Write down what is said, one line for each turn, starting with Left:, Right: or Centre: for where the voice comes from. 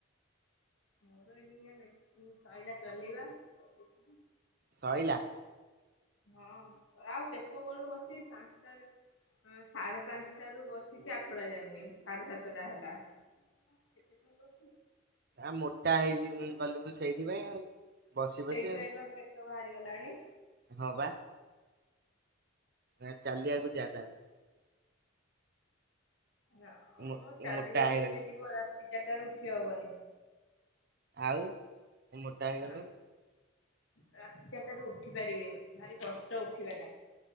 Left: ମୋର ଏନିଆ ମେସିନ ସଇଲା ଚଲେଇବା ବସିିଚି।
Right: ସଇଲା?
Left: ହଁ ଆଉ କେତେବେଳୁ ବସିମି ପାଞ୍ଚଟାରେ ଆ ସାଢ଼େ ପାଞ୍ଚଟାରୁୁ ବସିଚି ଆଠଟା ଯାଙ୍କେ ସାଢ଼େ ସାତଟା ହେଲା। ଏତେ ସାଙ୍ଗ ଅଛନ୍ତି।
Right: ଆ ମୋଟା ହେଇଜିଲୁ ଗଲୁଣି ସେଇଥିପାଇଁ ଆଉ। ବସି
Left: ସେଇଥିପାଇଁ
Right: ବସି ଆଉ
Left: ପା ପେଟ ବାହାରି ଗଲାଣି।
Right: ହଁ ପା। ଆ ଚାଲିବାକୁ ଯା ତାହାଲେ।
Left: ନାଆଁମ
Right: ମୋ
Left: ଚାଲିବାକୁ
Right: ମୋଟା ହେଇଗଲୁଣୁ
Left: କିଏ ଯିବ ରାତି ଚାରିଟାରୁ ଉଠି ହବନି।
Right: ଆଉ ତୁ ମୋଟା ହେଇଗଲୁଣି।
Left: ନା ରାତି ଚାରିଟାରୁ ଉଠି ପାରିବିନି ଭାରି କଷ୍ଟ ଉଠିବାଟା।